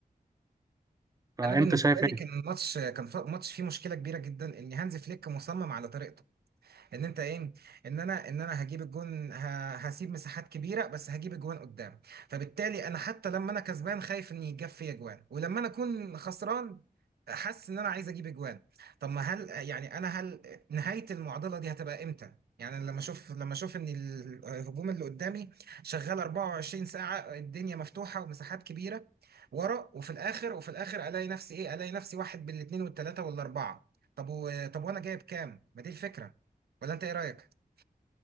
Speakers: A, on the right; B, on the right.
A: فانت
B: انا بالنسبه
A: شايف
B: لي كان
A: ايه
B: ماتش كان ف- ماتش فيه مشكله كبيره جدا ان هانز فليك مصمم على طريقته ان انت ايه ان انا ان انا هجيب الجون ه- هسيب مساحات كبيره بس هجيب الجوان قدام فبالتالي انا حتى لما انا كسبان خايف ان يجاب فيا جوان ولما انا اكون خسران حاسس ان انا عايز اجيب اجوان طب ما هل يعني انا هل نهايه المعضله دي هتبقى امتى يعني لما اشوف لما اشوف ان الهجوم اللي قدامي شغال 24 ساعه الدنيا مفتوحه ومساحات كبيره ورا وفي الاخر وفي الاخر الاقي نفسي ايه الاقي نفسي واحد بالاثنين والثلاثه والاربعه طب و... طب وانا جايب كام ما دي الفكره ولا انت ايه رايك